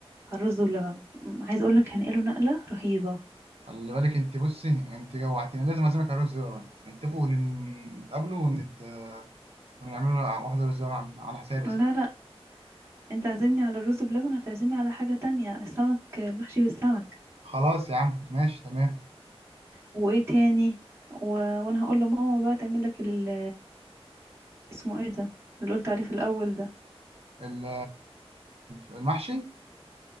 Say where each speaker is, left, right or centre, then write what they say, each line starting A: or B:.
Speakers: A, on the right; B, on the right.
A: الرز بلبن م- عايز اقولك هنقله نقلة رهيبة
B: خلي بالك انت بصي انت جوعتيني لازم اعزمك على رز بلبن نتفقوا ون- نتقابلوا ونت... ونعملوا واحده رز بلبن على على حسابي يا
A: لا
B: ستي
A: لا انت عازمني على الرز بلبن هتعزمني على حاجة تانية السمك المحشي بالسمك
B: خلاص يا عم ماشي تمام
A: وايه تاني و... وانا هقول لماما بقى تعمل لك ال... اسمه ايه ده اللي قلت عليه في الاول ده
B: ال- المحشي